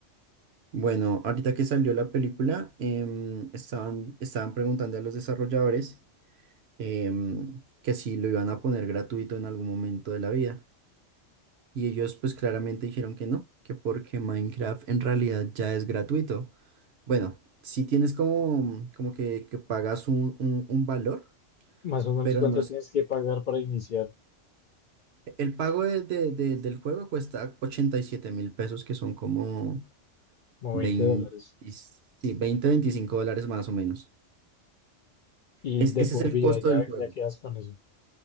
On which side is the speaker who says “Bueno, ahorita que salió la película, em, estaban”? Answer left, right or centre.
Right